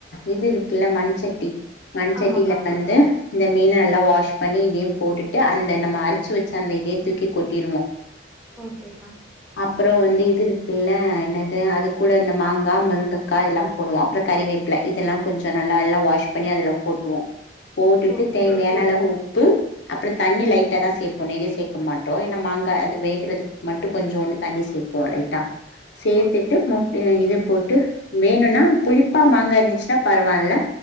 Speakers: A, on the left; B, in the centre.
A: இது இருக்குல்ல மண்சட்டி மண்சட்டில
B: ஆமாக்கா
A: வந்து இந்த மீன நல்லா வாஷ் பண்ணி இதயு போட்டுட்டு அந்த நம்ம அரச்சு வச்சு அந்த இதயு தூக்கி கொட்டிருவோ
B: ஓகேக்க
A: அப்றோ வந்து இது இருக்குல்ல என்னது அது கூட இந்த மாங்கா முருங்கக்கா எல்லா போடுவோ அப்றோ கறிவேப்பில இதெல்லா கொஞ்ச நல்லா எல்லா வாஷ் பண்ணி அதுல போட்ருவோ போட்டுட்டு
B: ஓகேக்கா
A: தேவயான அளவு உப் உப்பு அப்றோ தண்ணி லைட்டா தா சேப்போ நெறய சேர்க்க மாட்டோ ஏன்ன மாங்கா அது வேக இருக்றதுக்கு மட்டு கொஞ்சோண்டு தண்ணி சேப்போ லைட்டா சேத்துட்டு
B: ஓகே
A: மூட வேண்டியது போட்டு வேணுனா புளிப்பா மாங்கா இருந்துச்சுன்னா பரவால்ல